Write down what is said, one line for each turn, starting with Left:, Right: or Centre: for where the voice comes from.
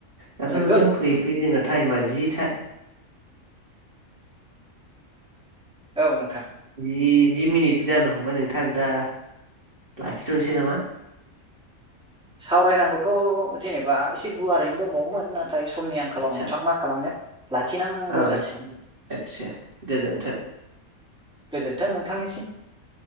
Right: दाथ'
Centre: नोंगौ
Right: नोंथां फैयै फैयै जोंना थाइमा जि था
Centre: औ नोंथां
Right: जि जि मिनिट जानो हमबाय नोंथां दा। लाखिथ'निसै नामा।
Centre: सावरायनांगौथ' जेनेबा एसे गुवारैनो दंबावोमोन नाथ थाय समनि आंखालाव
Right: आदसा
Centre: नोंथां मा खालामनो। लाखिनांगौ
Right: औ
Centre: जासिगोन
Right: आदसा गोजोन्थों।
Centre: गोजोन्थों नोंथांनिसिम।